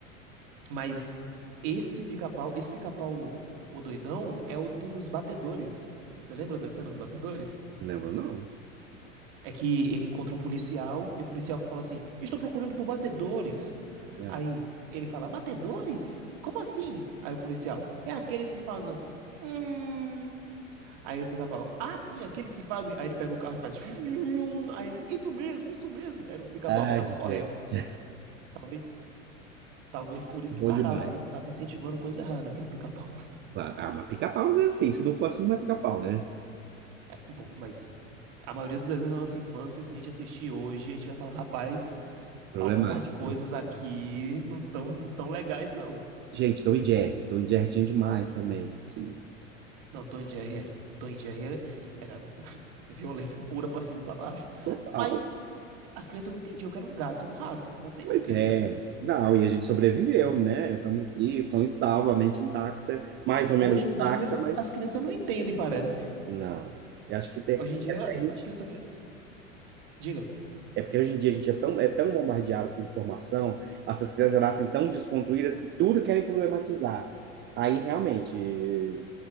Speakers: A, on the right (about 50°); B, on the right (about 30°).
A: Mas esse pica-pau, esse pica-pau, o doidão, é o dos batedores. Você lembra da cena dos batedores?
B: Lembro, não.
A: É que ele encontra um policial e o policial fala assim: Estou procurando por batedores.
B: Ah,
A: Aí ele fala: Batedores? Como assim? Aí o policial: É aqueles que fazem. "Hum." Aí o pica-pau: Ah, sim, aqueles que fazem. Aí ele pega o carro e faz. Hum. Aí ele: Isso mesmo, isso mesmo. Era um pica-pau
B: Ai,
A: que tava correndo.
B: gente,
A: Talvez, talvez por isso
B: bom
A: que pararam,
B: demais.
A: né? Tava incentivando coisa errada aquele pica-pau.
B: Claro. Ah, mas pica-pau, né? Assim, se não for assim, não é pica-pau, né?
A: Um pouco, mas a maioria dos desenhos da nossa infância, se a gente assistir hoje, a gente vai falar, rapaz,
B: Problemático.
A: algumas coisas aqui não tão, tão legais, não.
B: Gente, Tom e Jerry. Tom e Jerry tinha demais também. Assim,
A: Não, Tom e Jerry, é- Tom e Jerry era era <laughs> violência pura pra cima e pra baixo.
B: total.
A: Mas as crianças entendiam que era um gato e um rato, não tem
B: Pois
A: porquê,
B: é.
A: né?
B: Não, e a gente sobreviveu, né? Estamos aqui, são e salvo, a mente intacta, mais ou
A: Hoje
B: menos intacta,
A: em dia,
B: mas
A: as crianças não entendem, parece.
B: não. Eu acho que tem,
A: Hoje em dia,
B: é até a gente
A: as crianças... vi- Diga,
B: É porque hoje em dia a gente é tão, é tão bombardeado com informação, essas crianças já nascem tão desconstruídas que tudo querem problematizar. Aí realmente